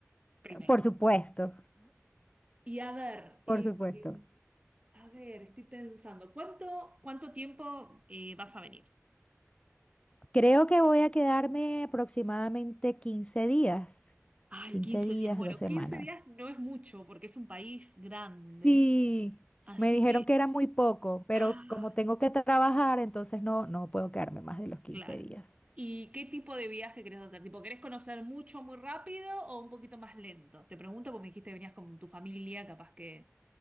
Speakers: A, on the right; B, on the left.
A: primero.
B: por supuesto,
A: Y a ver, eh,
B: por supuesto.
A: eh, a ver, estoy pensando, ¿cuánto, cuánto tiempo eh, vas a venir?
B: Creo que voy a quedarme aproximadamente 15 días,
A: Ay,
B: 15
A: 15
B: días,
A: días. Bueno,
B: dos semanas.
A: 15 días no es mucho porque es un país grande,
B: Sí,
A: así
B: me dijeron
A: que...
B: que era muy poco, pero
A: ah.
B: como tengo que trabajar, entonces no, no puedo quedarme más de los 15
A: Claro.
B: días.
A: ¿Y qué tipo de viaje querés hacer? ¿Tipo, querés conocer mucho muy rápido o un poquito más lento? Te pregunto porque me dijiste que venías con tu familia, capaz que